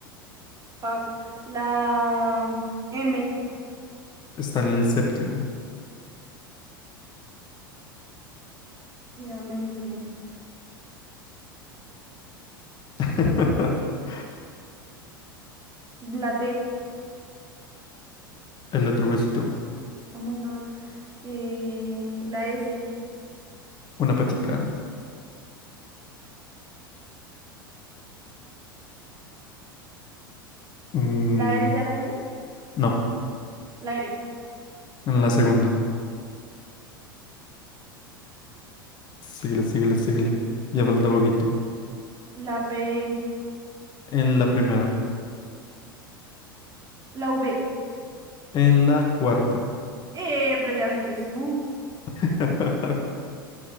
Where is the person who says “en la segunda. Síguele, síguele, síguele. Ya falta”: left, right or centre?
Left